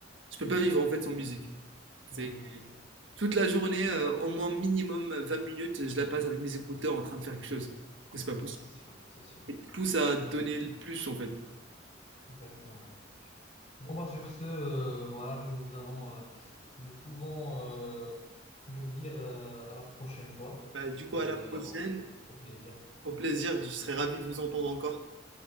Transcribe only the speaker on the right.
Je peux pas vivre en fait sans musique. C'est
toute la journée, euh, au moins minimum euh, 20 minutes, je la passe avec mes écouteurs en train de faire quelque chose. Du coup, c'est pas possible.
Et tu pousses à donner le plus en fait.
Bah, du coup,
à la
prochaine.
Au plaisir, je serai ravi de vous entendre encore.